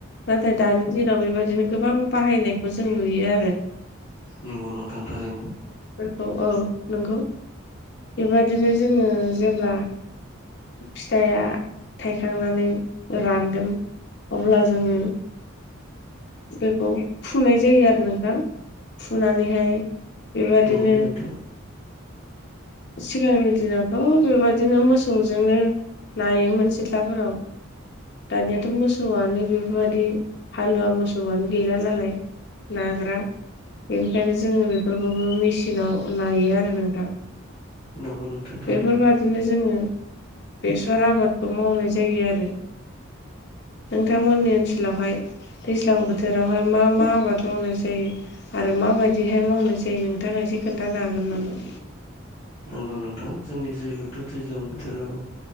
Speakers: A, on the left; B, on the left.
A: नाथाय दानि दिनाव बेबायदिनो गोबां बाहायनायखौ जों नुयो आरो।
B: नंगौ नोंथां थारैनो।
A: औ-औ नंगौ बेबादिनो जोङो जेब्ला फिथाइआ थाइखांनानै रानगोन। अब्ला जोङो बेखौ फुनाय जायो आरो नोंथां फुनानैहाय बेबादिनो
B: नंगौ नोंथां
A: सिगांनि दिनावथ' बेबायदिनो मोसौजोंनो नायोमोन सिथ्लाफोराव। दानियाथ' मोसौआनो बेफोरबायदि हालुव मोसौआनो गैला नालाय। नाग्रा। बेनिखायनो जोङो बेफोरखौबो मेसिनाव लायो आरो नोंथां।
B: नंगौ नोंथां थारैनो
A: बेफोरबायादिनो जोङो बेसर आबादखौ मावनाय जायो आरो।
B: <inaudible>
A: नोंथांमोननि ओनसोलावहाय दैज्लां बोथोरावहाय मा मा आबाद मावनाय जायो? आरो म माबायदिहाय मावनाय जायो नोंथाङा एसे खोन्थानो हागोन नामा?
B: नंगौ नोंथां जोंनि जायगायावथ' दैज्लां बो थोराव